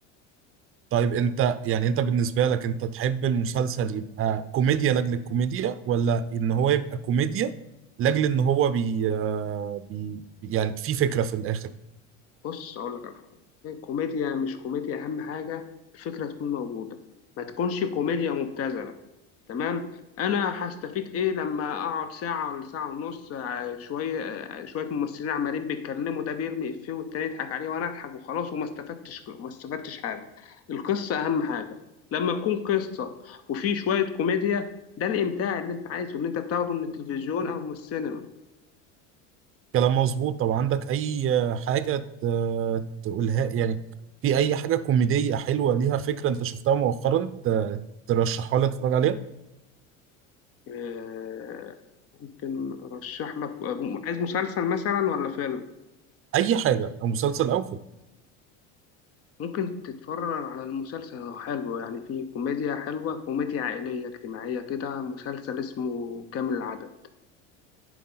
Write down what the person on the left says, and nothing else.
بص اقول لك على حاجه كوميديا مش كوميديا اهم حاجه الفكره تكون موجوده ما تكونش كوميديا مبتذله تمام انا هستفيد ايه لما اقعد ساعه ولا ساعه ونص ع- شويه آه، شويه ممثلين عمالين بيتكلموا ده بيرمي افيه والتاني يضحك عليه وانا اضحك وخلاص وما استفدتش ما استفدتش حاجه القصه اهم حاجه لما تكون قصه وفي شويه كوميديا ده الامتاع اللي انت عايزه اللي انت بتاخده من التلفزيون او من السينما
آه، ممكن ارشح لك عايز مسلسل مثلا ولا فيلم
ممكن تتفرج على المسلسل هو حلو يعني في كوميديا حلوة كوميديا عائلية اجتماعية كده مسلسل اسمه كامل العدد